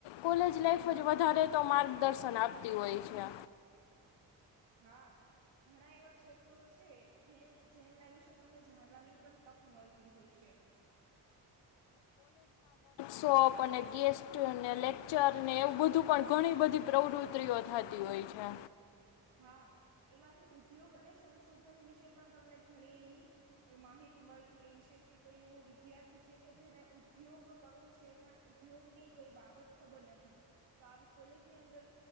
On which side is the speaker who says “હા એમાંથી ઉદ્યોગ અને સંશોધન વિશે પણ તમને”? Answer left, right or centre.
Right